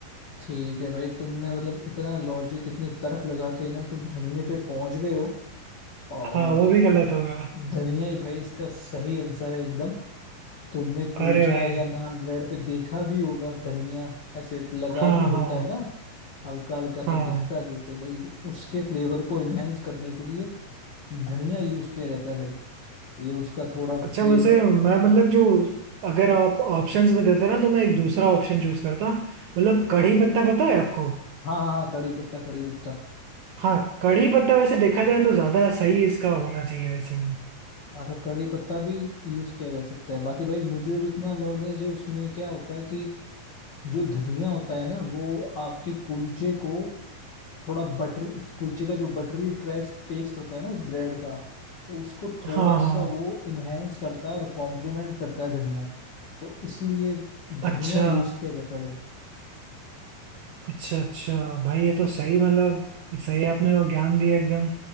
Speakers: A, on the left; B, on the right.
A: ठीक है भाई तुमने मतलब इतना लॉजिक इतने तर्क लगा के ना तुम धनिये पे पहुंच गए हो और
B: हाँ वो भी गलत होगा
A: धनिया ही भाई इसका सही आंसर है एकदम तुमने कुलचा
B: अरे भाई
A: या नान ब्रेड पे देखा भी होगा धनिया ऐसे लगा
B: हाँ
A: भी होता
B: हाँ
A: है ना हल्का हल्का सा
B: हाँ
A: दिखता भी तो भाई उसके फ्लेवर को एनहेंस करने के लिए धनिया यूज किया जाता है भाई ये उसका थोड़ा
B: अच्छा
A: फ्लेवर
B: वैसे मैं मतलब जो अगर आप ऑप्शंस में देते ना तो मैं एक दूसरा ऑप्शन चूज करता मतलब कढ़ी पत्ता पता है आपको
A: हाँ हाँ हाँ कड़ी पत्ता कड़ी पत्ता
B: हाँ कढ़ी पत्ता वैसे देखा जाए तो ज्यादा सही इसका होना चाहिए वैसे
A: और कड़ी पत्ता भी यूज किया जा सकता है बाकी भाई मुझे जितना नॉलेज है जो उसमें क्या होता है कि जो धनिया होता है ना वो आपके कुलचे को थोड़ा बटर उस कुलचे का जो बटरी ट्रेस टेस्ट होता है ना उस ब्रेड का उसको थोड़ा
B: हाँ हाँ
A: सा वो इनहेंस करता है और कॉम्प्लीमेंट करता है धनिया तो इसलिए धनिया
B: अच्छा
A: यूज किया जाता है भाई
B: अच्छा अच्छा भाई ये तो सही मतलब सही आपने वो ज्ञान दिया एकदम